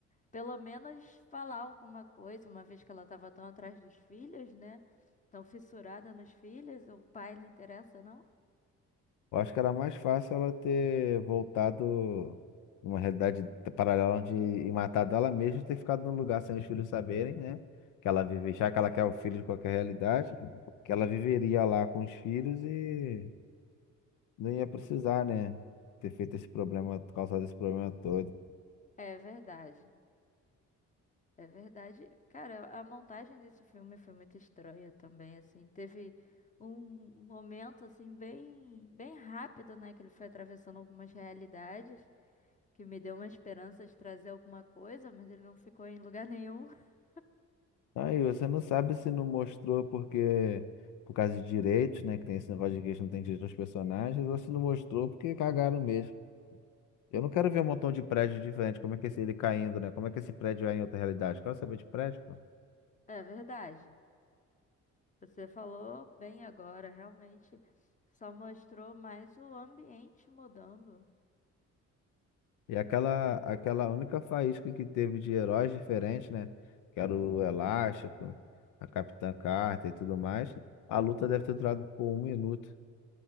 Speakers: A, on the left; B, on the left.
A: Pelo menos falar alguma coisa, uma vez que ela estava tão atrás dos filhos, né? Tão fissurada nos filhos, o pai não interessa, não?
B: Eu acho que era mais fácil ela ter voltado numa realidade paralela onde e matado ela mesma e ter ficado no lugar sem os filhos saberem, né? Que ela vive, já que ela quer o filho de qualquer realidade, que ela viveria lá com os filhos e não ia precisar, né? Ter feito esse problema, causado esse problema todo.
A: É verdade. É verdade. Cara, a montagem desse filme foi muito estranha também, assim. Teve um momento, assim, bem, bem rápido, né? Que ele foi atravessando algumas realidades, que me deu uma esperança de trazer alguma coisa, mas ele não ficou em lugar nenhum. <laughs>
B: Aí você não sabe se não mostrou porque por causa de direitos, né? Que tem esse negócio de que eles não tem direito aos personagens, ou se não mostrou porque cagaram mesmo. Eu não quero ver um montão de prédio diferente. Como é que é esse, ele caindo, né? Como é que esse prédio é em outra realidade? Quero saber de prédio, pô.
A: É verdade. Você falou bem agora, realmente. Só mostrou mais o ambiente mudando.
B: E aquela, aquela única faísca que teve de heróis diferentes, né? Que era o Elástico, a Capitã Carter e tudo mais. A luta deve ter durado por um minuto.